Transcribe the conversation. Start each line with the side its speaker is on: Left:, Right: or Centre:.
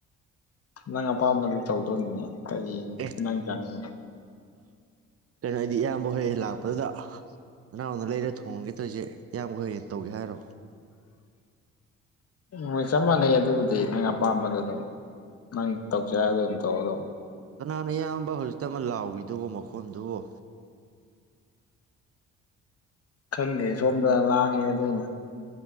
Left: ꯅꯪ ꯑꯄꯥꯝꯕꯗꯨ ꯇꯧꯗꯣꯅꯤꯅꯦ ꯀꯔꯤ
Right: ꯑꯦ
Left: ꯅꯪ ꯆꯥꯅꯤꯡꯕ
Right: ꯀꯩꯅꯣ ꯍꯥꯏꯗꯤ ꯏꯌꯥꯝꯕ ꯍꯣꯏ ꯂꯥꯛꯄꯗꯨꯗ ꯅꯅꯥꯎꯅ ꯂꯩꯔ ꯊꯣꯡꯉꯒꯦ ꯇꯣꯏꯁꯦ ꯏꯌꯥꯝꯕ ꯍꯣꯏꯌꯦꯦꯅ ꯇꯧꯒꯦ ꯍꯥꯏꯔꯣ
Left: ꯃꯣꯏ ꯆꯞ ꯃꯥꯟꯅꯩ ꯑꯗꯨꯕꯨꯗꯤ ꯅꯪ ꯑꯄꯥꯝꯕꯗ ꯑꯗꯨꯝ ꯅꯪ ꯇꯧꯁꯦ ꯍꯥꯏꯗ ꯑꯗꯨꯝ ꯇꯧꯔꯗꯧ
Right: ꯀꯅꯥꯅ ꯏꯌꯥꯝꯕ ꯍꯧꯖꯤꯛꯇ ꯑꯃ ꯂꯥꯎꯈꯤꯗꯨꯕ ꯃꯈꯣꯟꯗꯨꯕꯨꯣ
Left: ꯈꯪꯗꯦ ꯁꯣꯝꯗ ꯂꯥꯡꯉꯦ ꯑꯗꯨꯅ